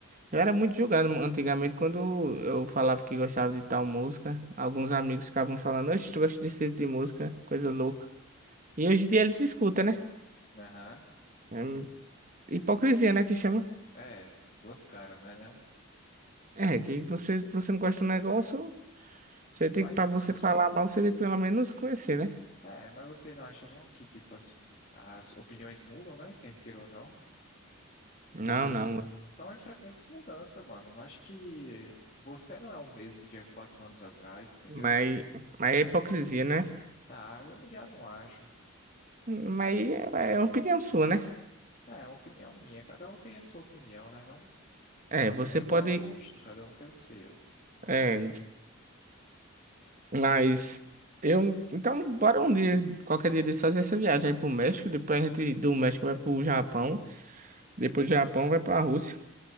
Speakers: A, on the right; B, on the left.
A: Eu era muito julgado antigamente quando eu falava que gostava de tal música. Alguns amigos ficavam falando, oxe, tu gosta desse tipo de música, coisa
B: Uhum.
A: louca. E hoje em dia eles escutam, né?
B: Aham.
A: É hipocrisia, né, que chama.
B: É, duas caras, né, não?
A: É, que você, você não gosta do negócio, você tem
B: Mas,
A: que, pra você falar mal, você tem que pelo menos conhecer, né?
B: é, mas você não acha não que, tipo assim, as opiniões mudam, né, quer queira ou não?
A: Não,
B: E
A: não.
B: então é frequente mudança, mano. Eu acho que você não é o mesmo de há quatro anos atrás, entendeu?
A: Mas, mas é hipocrisia, né?
B: Ah, eu já não acho.
A: Mas aí é, é opinião sua, né?
B: É, é uma opinião minha. Cada um tem a sua opinião, né? Não
A: É, você
B: é igual
A: pode.
B: a gosto, cada um tem o seu.
A: É, mas eu. Então, bora um dia, qualquer dia, desse, fazer essa viagem aí pro México. Depois a gente do México vai pro Japão. Depois do Japão vai pra Rússia.